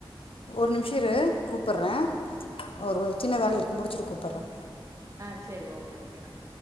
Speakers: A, on the left (about 70°); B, on the right (about 35°).
A: ஒரு நிம்ஷோ இரு கூப்பற ஒரு ஒரு சின்ன வேல இருக்கு முடிச்சிட்டு கூப்பற
B: ஆஹ் செரி ஓகே ஓகே ஆஹ்